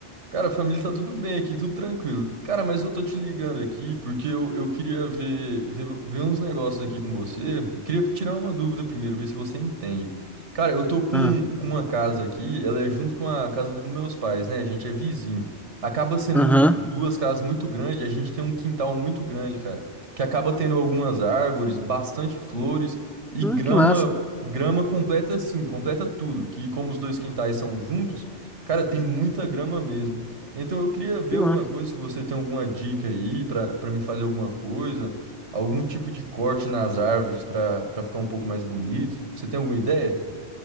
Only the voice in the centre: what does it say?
Ah,
aham.
Ah,
que massa,
que massa.